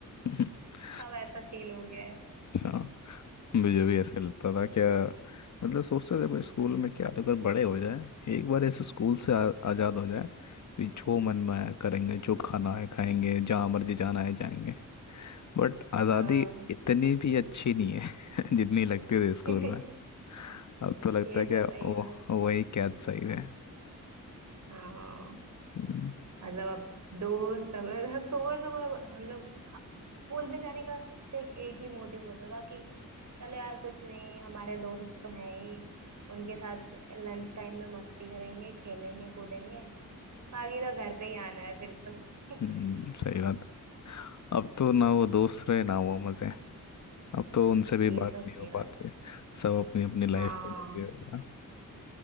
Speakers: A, on the left; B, on the right.
A: <laughs>
B: अब ऐसा सीन हो गया है
A: हाँ मुझे भी ऐसे लगता था क्या मतलब सोचते थे भाई स्कूल में क्या तो अगर बड़े हो जाए एक बार ऐसे स्कूल से आ, आज़ाद हो जाए कि जो मन में आया करेंगे जो खाना है खाएंगे जहाँ मर्जी जाना है जाएंगे बट आज़ादी
B: हाँ
A: इतनी भी अच्छी नहीं है <laughs> जितनी लगती थी स्कूल
B: <laughs>
A: में अब तो लगता
B: ये
A: है क्या
B: तो सही
A: ओ
B: बात है
A: वही कैद सही है
B: हाँ
A: हम्म,
B: मतलब अब दोस्त अब मतलब सुबह सुबह हम लोग स्कूल में जाने का सिर्फ एक ही मोटिव होता था कि चलो यार कुछ नहीं हमारे दोस्त तो हैं ही उनके साथ लंच टाइम में मस्ती करेंगे खेलेंगे कूदेंगे बाकी तो घर पे ही आना है फिर तो
A: हम्म,
B: <laughs>
A: सही बात अब तो ना वो दोस्त रहे ना वो मज़े अब तो उनसे भी
B: ये
A: बात
B: तो
A: नहीं
B: सही
A: हो
B: बात
A: पाती सब अपनी अपनी लाइफ
B: हाँ
A: में बिजी हो गया